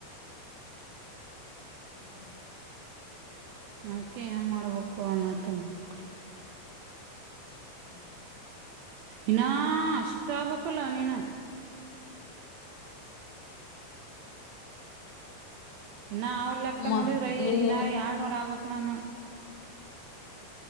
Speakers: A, on the left; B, on the right.
A: ಹ್ಮ್
B: ಅದಕ್ಕೆ ಏನು ಮಾಡ್ಬೇಕು ಅನ್ನತ್ತೆ ಅ ಕಡೆ
A: ಹ್ಮ್
B: ಇನ್ನ ಅಷ್ಟಾಬೆಕ್ಕಲನಿನ ಇನ್ನ ಅವ್ರ ಲೆಕ್ಕ
A: ಮ
B: ನೋಡಿದ್ರೈ
A: ನಿನ್ನೆ
B: ಇನ್ನ ಯರ್ಡ್ನೂರ್ ಆಗ್ಬೇಕು ನಾನು